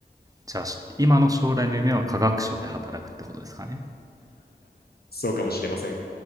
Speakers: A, on the right; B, on the left.
A: じゃあ、し今の将来の夢は科学省で働くってことですかね。
B: そうかもしれません。